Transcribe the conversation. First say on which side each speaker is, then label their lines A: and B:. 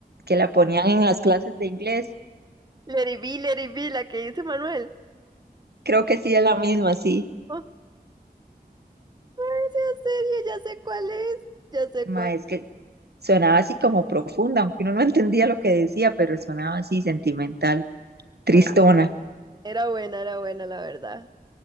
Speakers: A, on the right (about 80°); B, on the right (about 25°).
A: que la ponían en las clases de inglés.
B: Lady B, Lady B, la que dice Manuel.
A: Creo que sí es la misma, sí.
B: Oh, esa serie, ya sé cuál es, ya sé
A: Ma,
B: cuál.
A: es que sonaba así como profunda, aunque uno no entendía lo que decía, pero sonaba así sentimental, tristona.
B: Bueno, era buena, era buena, la verdad.